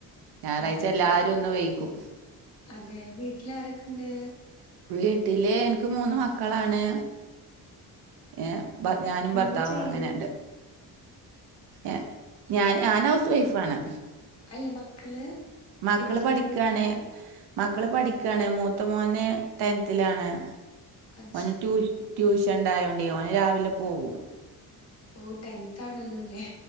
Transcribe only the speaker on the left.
അങ്ങനെ
അതെ വീട്ടിലാരെക്കെ ഇണ്ട്
എന്താ
ചെയ്യണെ
അല്ല മക്കള്
എത്രയിലാ
പഠിക്കുന്നെ
അത്
ശരി
ഓ ടെൻത്താണല്ലോ ല്ലേ